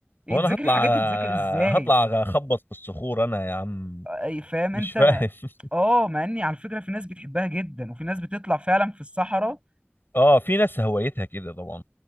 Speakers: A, on the right; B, on the left.
A: إيه
B: وانا
A: تذاكر
B: هطلع
A: الحاجات دي تذاكر ازاي
B: هطلع اخبط في الصخور انا يا عم
A: أي- فاهم
B: مش
A: انت
B: فاهم <laughs>
A: اه مع اني على فكره في ناس بتحبها جدا وفي ناس بتطلع فعلا في الصحراء
B: اه في ناس هوايتها كده طبعا